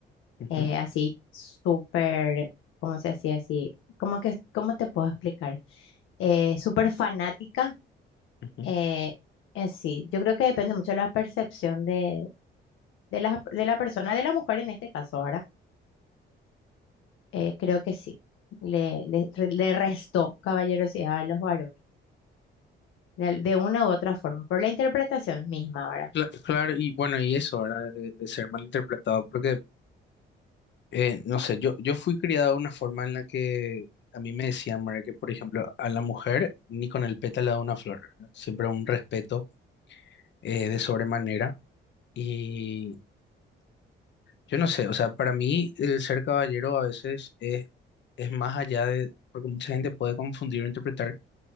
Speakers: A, on the left; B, on the left.
A: Ujú,
B: Eh, así súper, ¿cómo se decía así? ¿Cómo que, cómo te puedo explicar? Eh, súper fanática.
A: ujú.
B: eh, en sí, yo creo que depende mucho de la percepción de, de la, de la persona, de la mujer en este caso, ¿verdad? Eh, creo que sí. Le, le, le restó caballerosidad a los varones, de, de una u otra forma, por la interpretación misma ahora.
A: Cla- Claro, y bueno, y eso, ¿verdad? De, de ser malinterpretado, porque, eh, no sé, yo, yo fui criado de una forma en la que a mí me decían, ¿verdad? Que, por ejemplo, a la mujer ni con el pétalo de una flor, ¿verdad? Siempre un respeto eh, de sobremanera. Y yo no sé, o sea, para mí el ser caballero a veces es, es más allá de, porque mucha gente puede confundir o interpretar